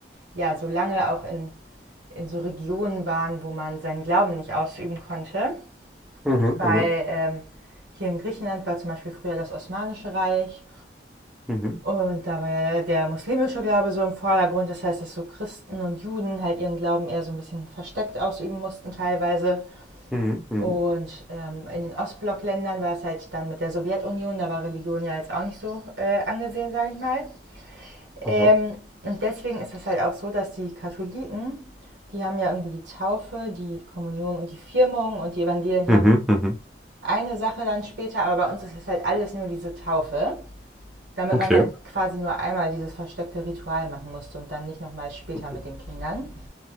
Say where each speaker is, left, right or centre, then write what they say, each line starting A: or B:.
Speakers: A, on the right; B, in the centre.
A: ja so lange auch in, in so Regionen waren, wo man seinen Glauben nicht ausüben konnte.
B: mhm,
A: Weil
B: mhm, mhm,
A: ähm, hier in Griechenland war zum Beispiel früher das Osmanische Reich
B: mhm,
A: und da war ja der muslimische Glaube so im Vordergrund. Das heißt, dass so Christen und Juden halt ihren Glauben eher so ein bisschen versteckt ausüben mussten teilweise.
B: mhm, mhm,
A: Und ähm, in den Ostblockländern war es halt dann mit der Sowjetunion, da war Religion ja jetzt auch nicht so äh, angesehen, sage ich mal.
B: Aha.
A: Ähm, und deswegen ist es halt auch so, dass die Katholiken, die haben ja irgendwie die Taufe, die Kommunion und die Firmung und die Evangelien
B: Mhm,
A: haben
B: mhm.
A: eine Sache dann später, aber bei uns ist es halt alles nur diese Taufe, damit
B: Okay.
A: man halt quasi nur einmal dieses versteckte Ritual machen musste und dann nicht nochmal später
B: Mhm.
A: mit den Kindern.